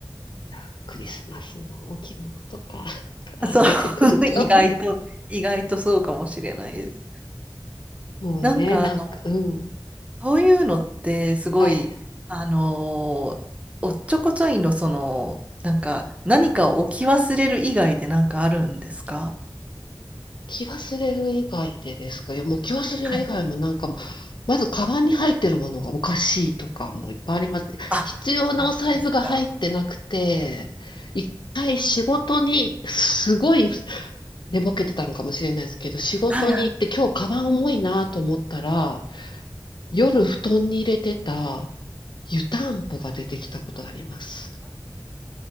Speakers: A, on the left; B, on the right.
A: いや、クリスマスの置物とか <laughs> から出てくるかも。
B: <laughs> そう、<laughs> 意外と、意外とそうかもしれないです。
A: もうね、
B: なんかあの、
A: なんか、うん。
B: そういうのってすごい、
A: はい。
B: あのーおっちょこちょいのその、なんか何かを置き忘れる以外でなんかあるんですか
A: 気忘れる以外でですかいや、もう気忘れる以外もなんかもう、
B: はい
A: まずカバンに入ってるものがおかしいとかもいっぱいあります。
B: あ、
A: 必要なお財布が入ってなくて、
B: こんなですか
A: 一回仕事に、すごい寝ぼけてたのかもしれないですけど、仕事に行って今日カバン重いなと思ったら、
B: はいはいはい。
A: 夜布団に入れてた湯たんぽが出てきたことあります。